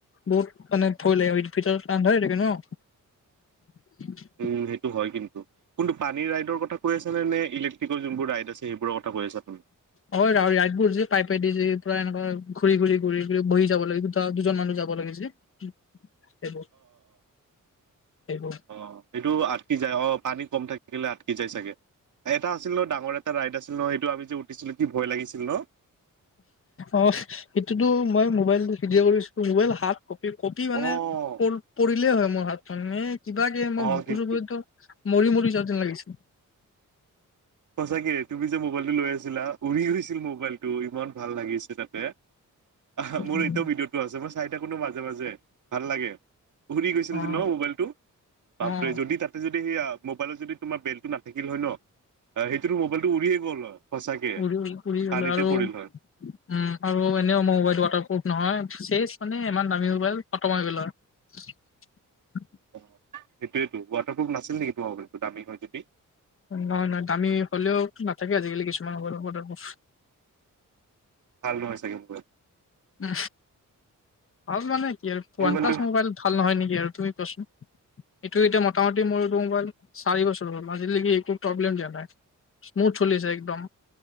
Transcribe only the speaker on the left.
বহুত মানে ভয় লাগে ভিতৰতো আন্ধাৰে থাকে ন। <inaudible>
অ ৰাইডবোৰ যে পাইপেদি যে পুৰা এনেুৱা ঘূৰি, ঘূৰি, ঘূৰি ৰি বহি যাব লাগে দুটা দুজন মানুহ যাব লাগে যে, সেইবোৰ। সেইবোৰ
অহ' সেইটোতো মই মোবাইল ভিদিঅ কৰিছো মোবাইল হাত কপি, কপি মানে
প পৰিলেই হয় মোৰ হাতখন এ কিবাকে মই
বুকু
চুকু মৰি মৰি যোৱা যেন লাগিছে।
উম,
অ',
অ',
উৰি, উৰি গ'লে
আৰু উম'
আৰু এনেও মোৰ মোবাইলটো ৱাটাৰপ্ৰুফ নহয়। চেচ মানে ইমান দামী মোবাইল খতম হৈ গ'ল হয়।
নহয় নহয় দামী হলেও নাথাকে আজিকালি কিছুমান সৰু সৰু বচ
উ হল মানে। কি ওৱান
প্লাছ মোবাইল ভাল নহয় নেকি আৰু তুমি কচোন এইটো এটা ম মোতা মোতি মোৰ এইটো মোবাইল। চাৰি বছৰ হ'ল আজিলেকি একো প্ৰব্লেম দিয়া নাই স্মুথ চলিছে একদম।